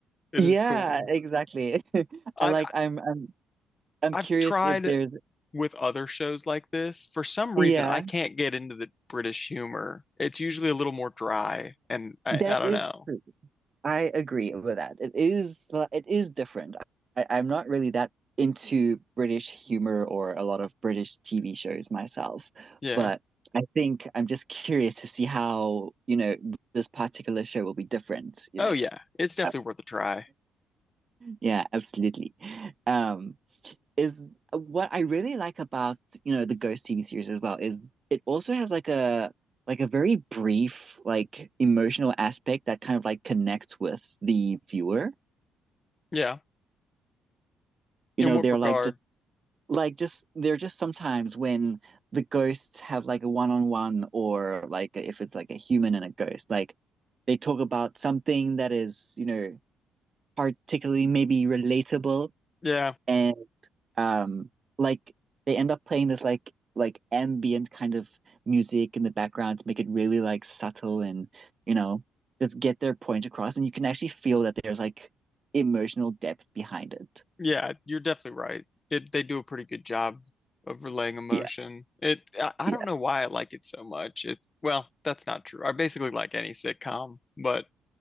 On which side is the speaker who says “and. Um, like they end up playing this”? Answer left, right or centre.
Right